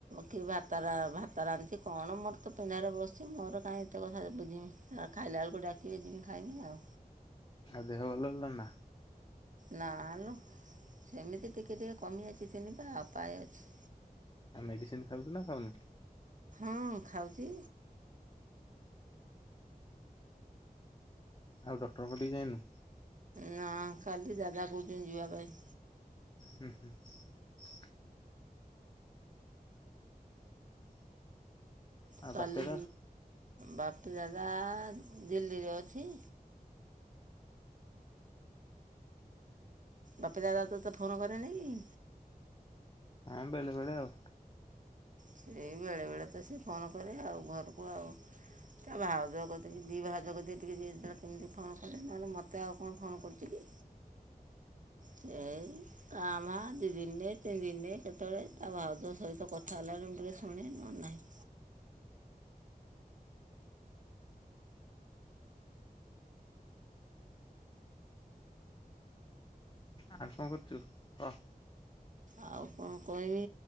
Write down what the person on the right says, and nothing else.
କି ଭାତ ଭାତ ରାନ୍ଧଛି କଣ ମୋର ତ ପିଣ୍ଡାରେ ବସିଛି ମୋର କାହିଁ ଏତେ କଥା ବୁଝୀମି। ଆଁ ଖାଇଲା ବେଳକୁ ଡାକିବେ ଯିବି ଖାଇମି ଆଉ।
ନା ନା ସେମିତି ଟିକେ ଟିକେ କମି ଅଛି ଚନିବା ଉପାୟ ଅଛି।
ହଁ ଖାଉଛି।
ନା କାଲି ଯାଗା କହୁଛନ୍ତି ଯିବା ପାଇଁ।
କାଲି
ବାପୁ ଦାଦା ଦିଲ୍ଲୀରେ ଅଛି। ବାପି ଦାଦା ତୋତେ ଫୋନ କରେନି କି?
ସେ ବେଳେବେେଳେ ତ ସେ ଫୋନ୍ କରେ ଆଉ ଘରକୁ ଆଉ। ତା ଭାଉଜ କତିକି ଦୁଇ ଭାଉଜ କରି ଟିକେ ଯଲେ କେମିତି ଫୋନ କଲେ ନହେଲେ ମୋତେ ଆଉ କଣ ଫୋନ୍ କରୁଛି କି। ସେ କାମ ଦୁଇ ଦିନରେ ତିନି ଦିନରେ କେତେବେଳେ ତା ଭାଉଜ ସହିତ କଥା ହେଲାଣି। ଶୁଣ ନ ହେଲେ ନାହିଁ।
ଆଉ କଣ କହିବି